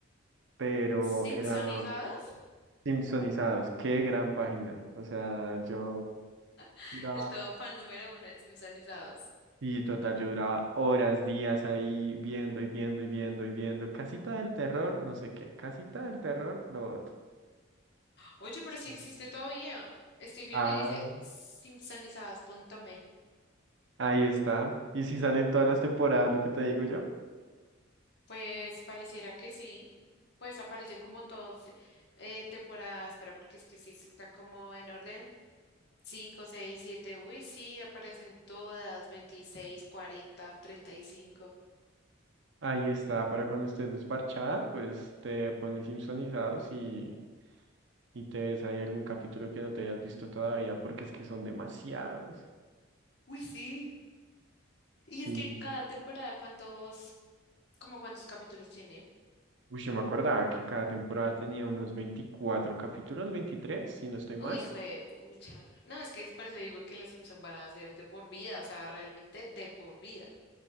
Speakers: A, on the right; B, on the left.
A: pero
B: Simpsonizados,
A: era Simpsonizados, qué gran página, o sea, yo...
B: <laughs>
A: duraba
B: el todo fan número uno de Simpsonizados.
A: Y total, yo duraba horas, días ahí viendo y viendo y viendo y viendo. Casita del terror, no sé qué. Casita del terror, lo otro.
B: Oye, pero sí
A: Sí.
B: existe todavía. Estoy viendo
A: Ah,
B: y dice simpsonizadas.me.
A: ahí está. Y si salen todas las temporadas, lo que te digo yo,
B: Pues pareciera que sí. Pues aparece como todos eh, temporadas. Espera, porque es que sí están como en orden. cinco, 6, 7. Uy, sí, aparecen todas. veintiséis, cuarenta, treinta y cinco.
A: ahí está. Para cuando estés desparchada, pues te pones Simpsonizados y, y te ves ahí algún capítulo que no te hayas visto todavía, porque es que son demasiados.
B: Uy, sí. Y
A: Sí.
B: es que cada temporada, ¿cuántos, como cuántos capítulos tiene?
A: Uy, yo me acordaba que cada temporada tenía unos 24 capítulos, 23 si no estoy mal.
B: Uy, jue pucha. No, es que es por eso digo que los Simpsons van a ser de por vida, o sea, realmente de por vida.